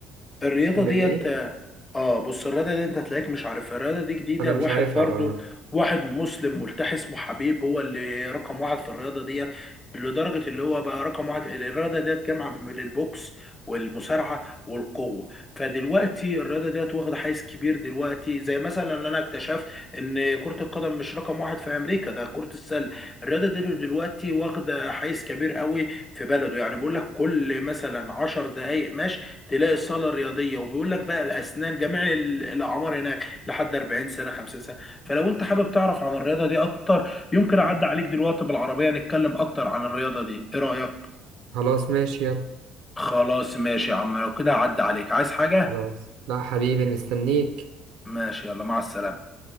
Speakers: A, on the left; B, on the right.
A: الرياضة
B: ام
A: ديت
B: ام ايه
A: اه آه، بص الرياضة دي انت هتلاقيك مش عارفها الرياضة دي جديدة
B: انا مش
A: واحد
B: عارفها
A: برضو
B: اه
A: واحد مسلم ملتحي اسمه حبيب هو اللي رقم واحد في الرياضة ديت لدرجة اللي هو بقى رقم واحد الرياضة ديت جامعة بين البوكس والمصارعة والقوة فدلوقتي الرياضة ديت واخدة حيز كبير دلوقتي زي مثلا ان انا اكتشفت ان كرة القدم مش رقم واحد في امريكا ده كرة السلة الرياضة دي دلوقتي واخدة حيز كبير قوي في بلده يعني بقول لك كل مثلا عشر دقايق مشي تلاقي الصاله الرياضيه وبيقول لك بقى الاسنان جميع ال- الاعمار هناك لحد 40 سنه 50 سنه فلو انت حابب تعرف عن الرياضه دي اكتر يمكن اعدي عليك دلوقتي بالعربيه نتكلم اكتر عن الرياضه دي ايه رايك
B: خلاص ماشي يلا
A: خلاص ماشي يا عم لو كده اعدي عليك عايز حاجه
B: خلاص لا حبيبي مستنيك
A: ماشي يلا مع السلامه